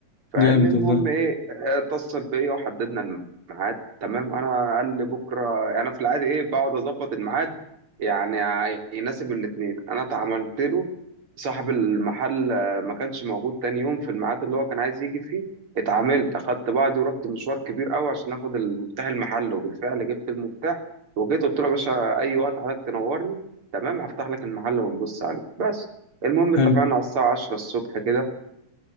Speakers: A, on the right (about 45°); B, on the left (about 65°).
A: فاهمني
B: جامد
A: المهم
B: والله
A: ايه آه، اتصل بيا وحددنا الميعاد تمام انا قال لي بكره انا في العادي ايه بقعد اظبط الميعاد يعني يناسب الاتنين انا اتعاملت له صاحب المحل آه، ما كانش موجود تاني يوم في الميعاد اللي هو كان عايز يجي فيه اتعاملت اخدت بعضي ورحت مشوار كبير قوي عشان اخد المفتاح المحل وبالفعل جبت المفتاح وجيت قلت له يا باشا اي وقت حضرتك تنورني تمام هفتح لك المحل ونبص عليه بس المهم
B: حلو
A: اتفقنا على الساعه 10 الصبح كده